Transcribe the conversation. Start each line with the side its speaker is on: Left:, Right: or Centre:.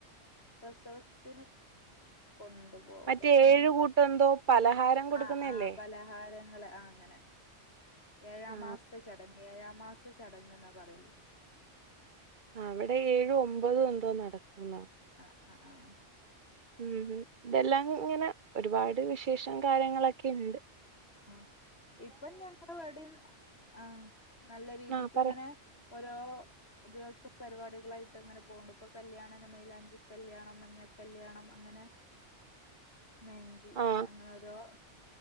Left: പ്രസവത്തിന് കൊണ്ടുപോകൽ
Right: മറ്റേ
Left: എന്ന്
Right: ഏഴു കൂട്ടം എന്തോ പലഹാരം കൊടുക്കുന്നല്ലേ
Left: ആ ആഹ പലഹാരങ്ങൾ ആ അങ്ങനെ ഏഴാം
Right: ആ
Left: മാസത്തെ ചടങ്ങി ഏഴാം മാസ ത് ചടങ്ങ്ന്നാ പറയലേ
Right: ആ അവിടെ ഏഴു ഒമ്പത് എന്തോ നടത്തുന്നോ
Left: അ ആഹ്
Right: ഉം ഇതെല്ലാം ഇങ്ങനെ ഒരുപാട് വിശേഷം കാര്യങ്ങളൊക്കെണ്ട്
Left: ആ ഇപ്പം ഞങ്ങളെവിടിം ആഹ് നല്ല രീതിക്ക്
Right: ആ പറ
Left: ഇങ്ങനെ ഓരോ ദിവസം പരിപാടികളായിട്ട് അങ്ങനെ പോണ് ഇപ്പൊ കല്ല്യാണം മൈലാഞ്ചിക്കല്ല്യാണം മഞ്ഞക്കല്ല്യാണം അങ്ങനെ മെഹന്തി
Right: ആ
Left: അങ്ങനെ ഓരോ